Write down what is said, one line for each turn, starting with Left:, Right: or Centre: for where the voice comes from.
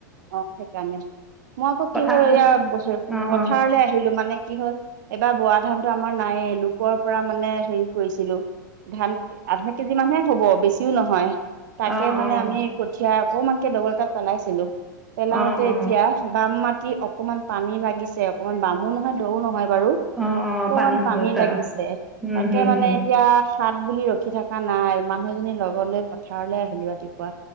Right: অ সেইকাৰণে মই আকৌ কি
Centre: পথাৰত
Right: হল এয়া
Centre: গৈছ অ
Right: পথাৰলৈ
Centre: অ
Right: আহিলো মানে কি হ'ল এইবাৰ বৰা ধানটো আমাৰ নাইয়েই লোকৰ পৰা মানে হেৰি কৰিছিলো ধান আধা কেজি মানহে হ'ব বেছিও নহয় তাকে
Centre: অ অ
Right: মানে
Centre: অ
Right: আমি কঠিয়া অকমানকে দগল এতাত পেলাইছিলো পেলাওতে
Centre: অ অ
Right: এতিয়া বাম মা টি অকনমান পানী লাগিছে অকনমান বামো নহয় দৌ নহয় বাৰু
Centre: অ অ
Right: অকমান পানী
Centre: ধৰিছা
Right: লাগিছে
Centre: উম
Right: তাকে
Centre: হম
Right: মানে
Centre: হম
Right: এতিয়া হাত বুলি ৰখি থকা নাই মানুহ এজনী লগত লৈ পথাৰলৈ আহিলো ৰাতি পুৱা,